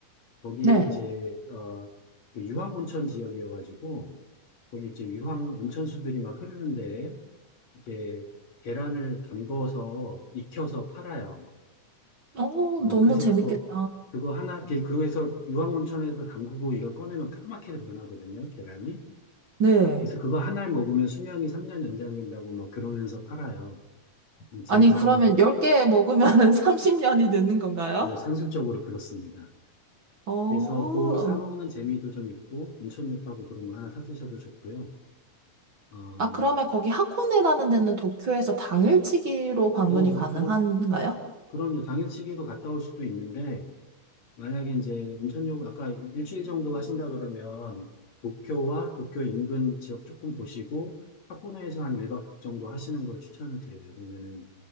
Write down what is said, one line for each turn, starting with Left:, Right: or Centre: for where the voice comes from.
Left: 거기에
Right: 네.
Left: 이제 어, 그 유황 온천 지역이어가지고 거기 이제 유황 온천수들이 막 흐르는데 이렇게 계란을 담궈서 익혀서 팔아요.
Right: 어,
Left: 어,
Right: 너무
Left: 그래서
Right: 재밌겠다.
Left: 그거 그거 하나 그- 그거에서 유황 온천에서 담그고 이걸 꺼내면 까맣게 변하거든요, 계란이.
Right: 네.
Left: 그래서 그거 하나를 먹으면 수명이 3년 연장된다고 막 그러면서 팔아요. 재미삼아
Right: 아니, 그러면 10개 먹으면은 30년이 <laughs> 느는 건가요?
Left: 뭐 산술적으로 그렇습니다.
Right: 어,
Left: 그래서 그 사 먹는 재미도 좀 있고 온천육하고 그런 거 하나 사 드셔도 좋고요. 어,
Right: 아, 그러면 거기 하코네라는 데는 도쿄에서 당일치기로 방문이
Left: 어,
Right: 가능한가요?
Left: 그럼, 그럼요. 당일치기로 갔다 올 수도 있는데, 만약에 이제 온천요 아까 일주일 정도 하신다 그러면, 도쿄와 도쿄 인근 지역 조금 보시고, 홋카이도에서 한 1박 정도 하시는 걸 추천을 드려요. 그러면은